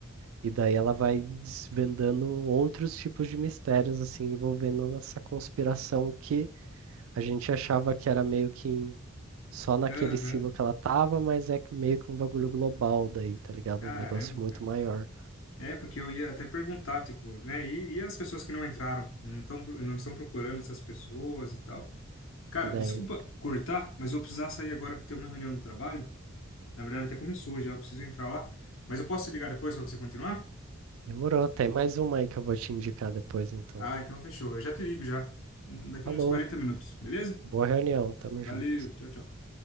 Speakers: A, on the right; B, on the left.
A: e daí ela vai desvendando outros tipos de mistérios, assim, envolvendo essa conspiração que a gente achava que era meio que em- só naquele
B: Aham.
A: silo que ela tava, mas é que meio que um bagulho global daí, tá ligado?
B: Caramba,
A: Um negócio muito
B: cara.
A: maior.
B: É, porque eu ia até perguntar, tipo, né? E, e as pessoas que não entraram? Não estão, não estão procurando essas pessoas e tal. Cara,
A: Daí
B: desculpa cortar, mas eu vou precisar sair agora que eu tenho uma reunião do trabalho. Na verdade, até começou já, eu preciso entrar lá. Mas eu posso te ligar depois pra você continuar?
A: Demorou. Tem mais uma aí que eu vou te indicar depois, então.
B: Ah, então fechou. Eu já te ligo já. Hum, Daqui
A: Falou.
B: uns 40 minutos, beleza?
A: Boa reunião. Tamo junto.
B: Valeu, tchau, tchau.